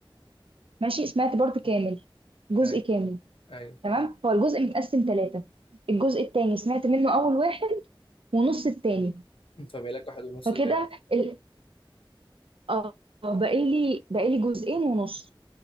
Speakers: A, on the right (about 80°); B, on the left (about 80°).
A: ماشي سمعت بارت كامل جزء
B: ايوه
A: كامل
B: ايوه
A: تمام هو الجزء متقسم ثلاثة الجزء التاني سمعت منه اول واحد ونص التاني
B: فبقى لك واحد ونص
A: فكده
B: تاني
A: ال... اه بقالي بقالي جزئين ونص